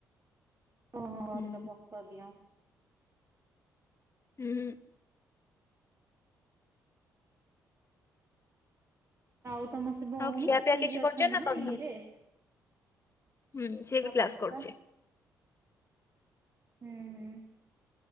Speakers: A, on the right (about 30°); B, on the left (about 30°).
A: ଓହୋ
B: ହୁଁ।
A: ସେଇଟା ପଟ ଦିଅଁ।
B: ହୁଁ
A: ହଉ ତମସ୍ ସେ ଭଉଣୀ
B: ଆଉ ଖିଆପିଆ
A: ସିଏ
B: କିଛି
A: ବି
B: କରିଛ
A: ଅଛନ୍ତି ନା
B: କରିନ?
A: ଇଏରେ
B: ହୁଁ ସିଏ ବି
A: ତା
B: କ୍ଲାସ
A: ପାସ୍ତା
B: କରୁଛି
A: ହୁଁ। ହୁଁ।